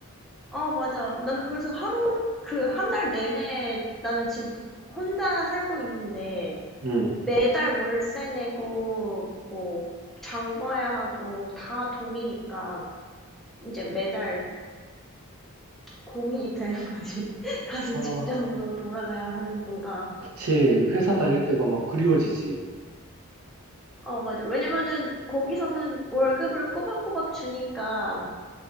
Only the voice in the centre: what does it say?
어, 맞아. 나는 그래서 하루, 그 한 달 내내 나는 지금 혼자 살고 있는데
매달 월세 내고 뭐 장 봐야 하고 다 돈이니까 이제 매달 고민이 되는 거지. <laughs> 다시
직장으로 돌아가야 하는 건가?
어, 맞아. 왜냐면은 거기서는 월급을 꼬박꼬박 주니까